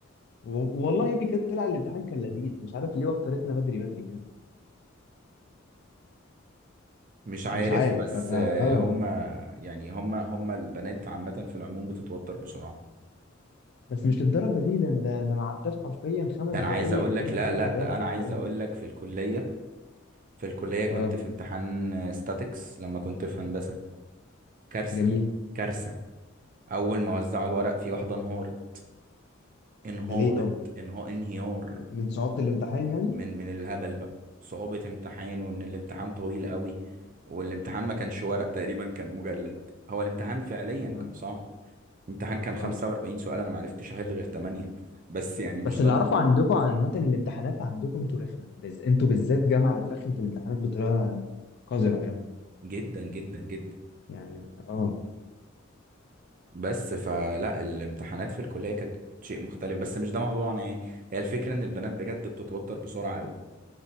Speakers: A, on the left; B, on the right.
A: و- والله يا ابني كده طلع الامتحان كان لذيذ مش عارف ليه وترتنا بدري بدري كده
B: مش عارف
A: مش عارف
B: بس
A: ف- ف- اه
B: آه، هم يعني هم هم البنات عامه في العموم بتتوتر بسرعه
A: بس مش للدرجة دي ده ده, ده ما عداش حرفيا خمس
B: ده
A: دقايق
B: انا عايز اقول
A: لقينا
B: لك لا
A: صوت
B: لا
A: عياط
B: ده انا
A: وبتاع
B: عايز اقول لك في الكليه في الكليه كنت
A: اه
B: في امتحان ستاتكس لما كنت في هندسه كارثه
A: جميل
B: كارثه اول ما وزعوا الورق في واحده انهارت انهارت
A: ده ليه طب
B: انهار انهيار
A: من صعوبة الامتحان
B: من من الهبل بقى صعوبة امتحان وان الامتحان طويل قوي والامتحان ما كانش ورق تقريبا كان مجلد هو الامتحان فعليا
A: يعني
B: كان صعب الامتحان كان
A: اه
B: 45 سؤال انا ما عرفتش احل غير 8 بس يعني مش
A: بس اللي
B: ده الم-
A: اعرفه عندكم عامه الامتحانات عندكم انتوا رخمه بز... انتوا بالذات جامعه بترخم في الامتحانات بطريقه قذره يعني
B: جدا جدا جدا
A: يعني اه
B: بس فلا الامتحانات في الكلية كانت شيء مختلف بس مش ده موضوعنا يعني هي الفكرة ان البنات بجد بتتوتر بسرعة قوي